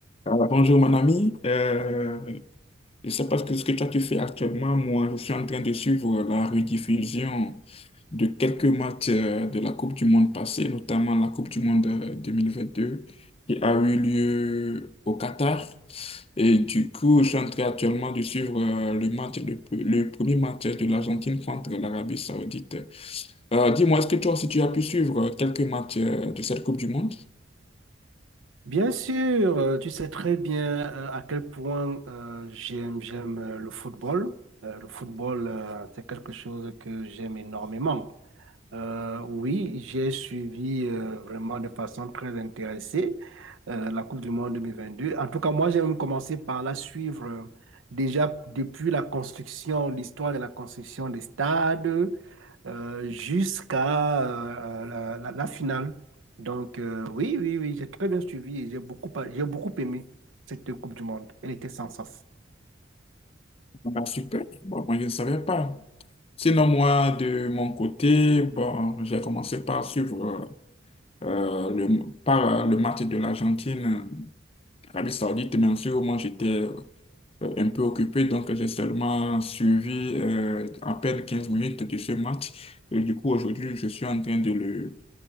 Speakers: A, on the left; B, on the right.
A: Alors, bonjour mon ami, Euh, je ne sais pas ce que, ce que toi tu fais actuellement. Moi, je suis en train de suivre la rediffusion de quelques matchs euh, de la Coupe du Monde passée, notamment la Coupe du Monde euh, 2022 qui a eu lieu au Qatar. Et du coup, je suis en train actuellement de suivre euh, le match, le, le premier match de l'Argentine contre l'Arabie Saoudite. Euh, dis-moi, est-ce que toi aussi tu as pu suivre euh, quelques matchs euh, de cette Coupe du Monde?
B: Bien sûr, euh, tu sais très bien euh, à quel point euh, j'aime j'aime euh, le football. Euh, le football, euh, c'est quelque chose que j'aime énormément. Euh, oui, j'ai suivi euh, vraiment de façon très intéressée euh, la Coupe du Monde 2022. En tout cas, moi, j'ai même commencé par la suivre euh, déjà depuis la construction, l'histoire de la construction des stades euh, jusqu'à euh, la, la- la finale. Donc, euh, oui, oui, oui, j'ai très bien suivi et j'ai beaucoup, j'ai beaucoup aimé cette Coupe du Monde. Elle était sans sens.
A: Ah, super, Bon, moi je ne savais pas. Sinon, moi, de mon côté, bon, j'ai commencé par suivre euh, le, par, euh, le match de l'Argentine, Arabie Saoudite, bien sûr. Moi, j'étais euh, un peu occupé, donc j'ai seulement suivi euh, à peine 15 minutes de ce match. Et du coup, aujourd'hui, je suis en train de le